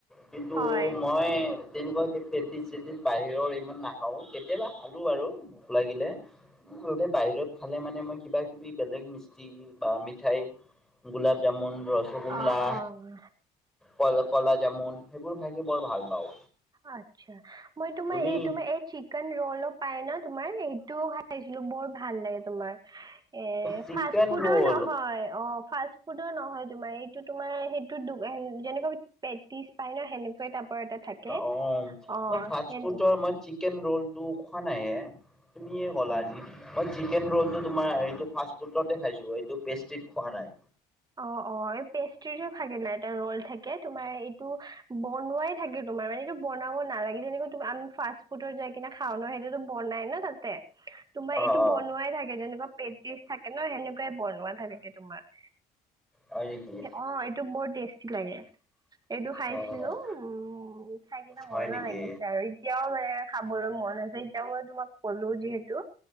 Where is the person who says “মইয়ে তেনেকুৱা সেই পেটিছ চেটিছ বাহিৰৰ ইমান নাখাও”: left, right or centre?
Centre